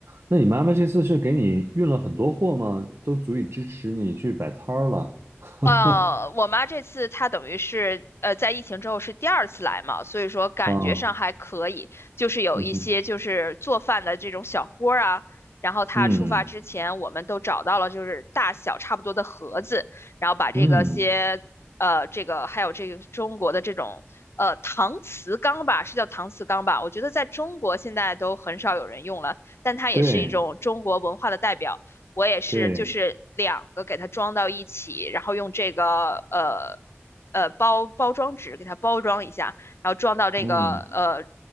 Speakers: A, on the right; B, on the left.
A: 那你妈妈这次是给你运了很多货吗？都足以支持你去摆摊儿了。<laughs>
B: 呃，我妈这次她等于是呃，在疫情之后是第二次来嘛，所以说感觉上还可以，
A: 啊，
B: 就是有一些就是做饭的这种小锅儿啊，
A: 嗯哼，
B: 然后她出发之前，
A: 嗯
B: 我们都找到了就是大小差不多的盒子，然后把这个些呃这个还有这个中国的这种呃搪瓷缸吧，
A: 嗯，
B: 是叫搪瓷缸吧？我觉得在中国现在都很少有人用了，但它也是一种中国文化的代表。
A: 对
B: 我也是就是两个给它装到一起，
A: 对。
B: 然后用这个呃呃包包装纸给它包装一下，然后装到这个呃
A: 嗯